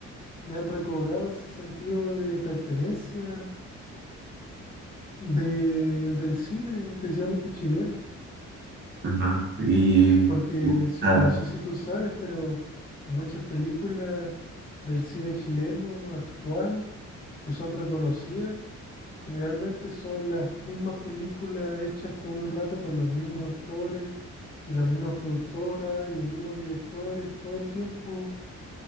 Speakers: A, on the left; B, on the right.
A: me han recobrado ese sentido de pertenencia de- del cine, principalmente chileno.
B: Ajá. Y
A: Porque si-
B: ah,
A: no sé si tú sabes, pero muchas películas del cine chileno actual que son reconocidas, generalmente son las mismas películas hechas todo el rato por los mismos actores y las mismas productoras y los mismos directores todo el tiempo.